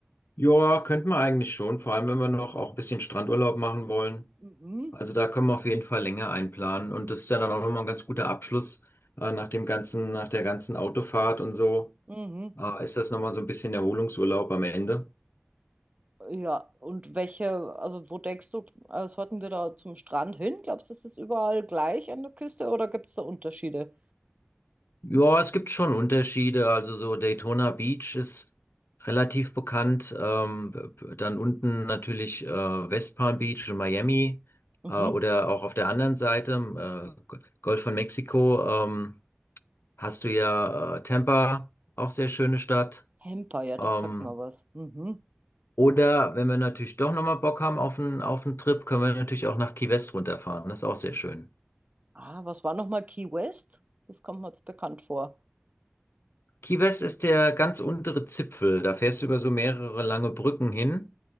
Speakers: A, on the left; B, on the right.
A: Ja, könnten wir eigentlich schon, vor allem wenn wir noch auch ein bisschen Strandurlaub machen wollen.
B: Mhm,
A: Also da können wir auf jeden Fall länger einplanen. Und das ist ja dann auch nochmal ein ganz guter Abschluss, äh, nach dem ganzen, nach der ganzen Autofahrt und so.
B: mhm.
A: Äh, ist das nochmal so ein bisschen Erholungsurlaub am Ende?
B: Ja, und welche, also wo denkst du, äh, sollten wir da zum Strand hin? Glaubst du, das ist überall gleich an der Küste oder gibt es da Unterschiede?
A: Ja, es gibt schon Unterschiede. Also so Daytona Beach ist relativ bekannt. Ähm, b- b- dann unten natürlich äh, West Palm Beach und Miami.
B: Mhm.
A: Äh, oder auch auf der anderen Seite, ähm, äh, G- Golf von Mexiko, ähm, hast du ja äh, Tampa, auch sehr schöne Stadt.
B: Tampa, ja, das
A: Ähm,
B: sagt mal was. Mhm.
A: Oder wenn wir natürlich doch nochmal Bock haben auf einen, auf einen Trip, können wir natürlich auch nach Key West runterfahren. Das ist auch sehr schön.
B: Ah, was war nochmal Key West? Das kommt mir jetzt bekannt vor.
A: Key West ist der ganz untere Zipfel. Da fährst du über so mehrere lange Brücken hin.